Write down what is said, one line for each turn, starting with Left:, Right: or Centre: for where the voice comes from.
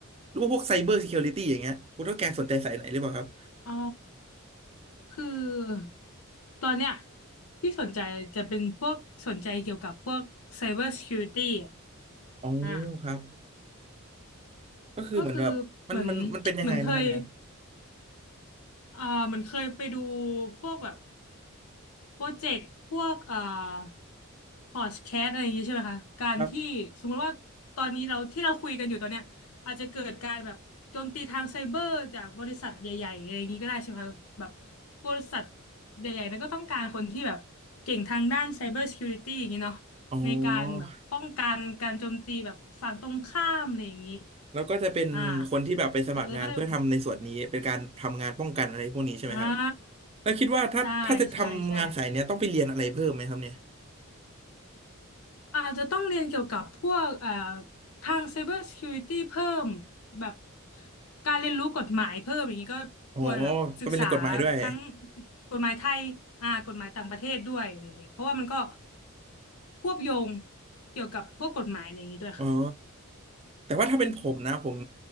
Right: หรือว่าพวก Cyber Security อย่างเงี้ยคุณเท่าแกสนใจสายไหนหรือเปล่าครับ
Left: อ๋อ คือตอนเนี้ยที่สนใจจะเป็นพวกสนใจเกี่ยวกับพวก Cyber Security อะ
Right: อ๋อ
Left: อ่ะ
Right: ครับก็คือเหมือนแบบมันมันมันเป็นยังไงนะครับเนี่ย
Left: ก็คือเหมือนเหมือนเคยเอ่อเหมือนเคยไปดูพวกแบบ โปรเจกต์พวกเอ่อพอดแคสต์อะไรอย่างงี้ใช่ไหมคะการที่สมมุติว่าตอนนี้เราที่เราคุยกันอยู่ตอนเนี้ยอาจจะเกิดการแบบโจมตีทางไซเบอร์จากบริษัทใหญ่ๆอะไรอย่างงี้ก็ได้ใช่ไหมคะแบบ
Right: ครับ
Left: บริษัทใหญ่ๆนั้นก็ต้องการคนที่แบบเก่งทางด้านไซเบอร์ซิเคียวริตี้อย่างงี้เนาะในการแบบป้องกันการโจมตีแบบฝั่งตรงข้ามอะไรอย่างงี้
Right: อ๋อ แล้วก็จะเป็นคนที่แบบไปสมัครงานเพื่อทำในส่วนนี้เป็นการทำงานป้องกันอะไรพวกนี้ใช่ไหมครับ
Left: อ่าอาจจะไม่ได้อ่า
Right: แล้วคิดว่าถ้าถ้าจะทำงานสายเนี้ยต้องไปเรียนอะไรเพิ่มไหมครับเนี่ย
Left: ใช่ใช่ใช่ค่ะ อาจจะต้องเรียนเกี่ยวกับพวกเอ่อทาง Cyber Security เพิ่มแบบการเรียนรู้กฎหมายเพิ่มอย่างนี้ก็ควรแบบศึกษา
Right: อ๋อต้องไปเรียนกฎหมายด้วย
Left: ทั้งกฎหมายไทยอ่ากฎหมายต่างประเทศด้วยอย่างเงี้ยเพราะว่ามันก็ควบโยงเกี่ยวกับพวกกฎหมายอย่างนี้ด้วยค่ะ
Right: อ๋อแต่ว่าถ้าเป็นผมนะผม